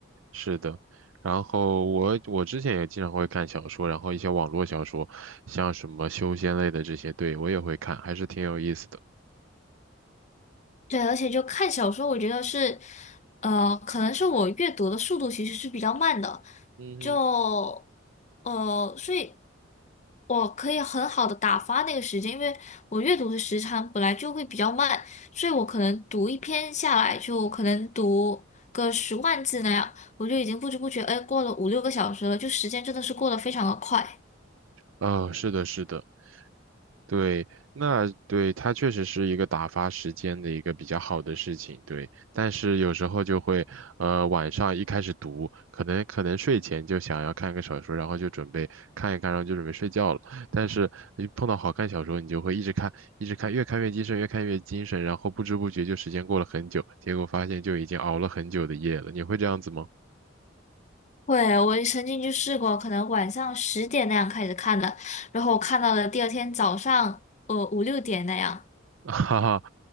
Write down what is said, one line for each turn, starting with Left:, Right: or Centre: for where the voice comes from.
Right: 是的。然后我我之前也经常会看小说，然后一些网络小说，像什么修仙类的这些，对，我也会看，还是挺有意思的。
Left: 对，而且就看小说，我觉得是，呃，可能是我阅读的速度其实是比较慢的，
Right: 嗯哼。
Left: 就，呃，所以我可以很好的打发那个时间，因为我阅读的时长本来就会比较慢，所以我可能读一篇下来，就可能读个十万字那样，我就已经不知不觉，哎，过了五六个小时了，就时间真的是过得非常的快。
Right: 啊、是的，是的。对，那对它确实是一个打发时间的一个比较好的事情，对。但是有时候就会，呃，晚上一开始读，可能可能睡前就想要看个小说，然后就准备看一看，然后就准备睡觉了。但是一碰到好看小说，你就会一直看，一直看，越看越精神，越看越精神，然后不知不觉就时间过了很久，结果发现就已经熬了很久的夜了。你会这样子吗？
Left: 会，我曾经就试过，可能晚上十点那样开始看的，然后我看到了第二天早上，呃五六点那样。
Right: <laughs> 哈哈，